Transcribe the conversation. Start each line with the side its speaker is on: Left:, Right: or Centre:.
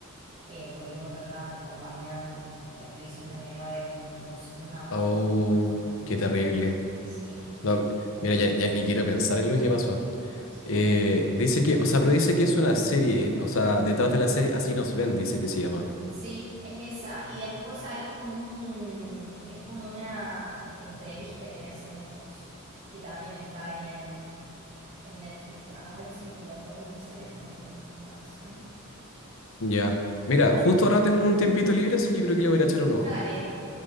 Right: eh, porque los otros estaban como apañados en, en la prisión de menores, o no, no sé, no me acuerdo
Left: Oh,
Right: bien cómo era esa parte.
Left: qué terrible.
Right: pero Sí,
Left: No,
Right: bueno,
Left: mira, ya, ya ni quiero pensar en lo que pasó.
Right: sí.
Left: Eh, dice que, o sea, pero dice que es una serie, o sea, detrás de la serie, así nos ven, dice que se llama.
Right: Sí, es esa. Y después sale un, como un, es como una entrevista que le hacen a ellos, que también está ahí en, en Netflix. A ver si me la toco y me sale como recomendación.
Left: Ya. Mira, justo ahora tengo un tiempito libre, así que creo que le voy a ir a echar un ojo.
Right: Dale,